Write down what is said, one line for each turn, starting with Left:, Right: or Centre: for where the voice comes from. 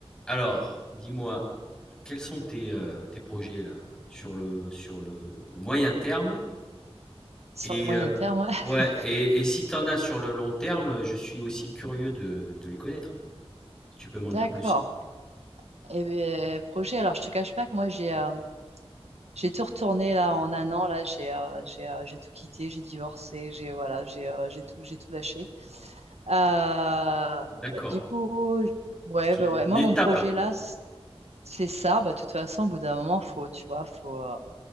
Centre: Alors, dis-moi, quels sont tes, euh, tes projets là sur le sur le, le moyen terme
Right: Sur
Centre: et
Right: le moyen
Centre: euh,
Right: terme, ouais.
Centre: ouais
Right: <laughs>
Centre: et, et si t'en as sur le long terme, je suis aussi curieux de, de les connaître. Si tu peux m'en
Right: D'accord.
Centre: dire plus.
Right: Eh bien, projet, alors je te cache pas que moi j'ai euh, j'ai tout retourné là en un an, là j'ai euh, j'ai euh, j'ai tout quitté, j'ai divorcé, j'ai voilà, j'ai euh, j'ai tout j'ai tout lâché. Euh,
Centre: D'accord.
Right: du coup, j- ouais,
Centre: C'est
Right: bah
Centre: Une
Right: ouais, moi
Centre: étape.
Right: mon projet là, c- c'est ça. Bah, de toute façon, au bout d'un moment, faut, tu vois, faut euh,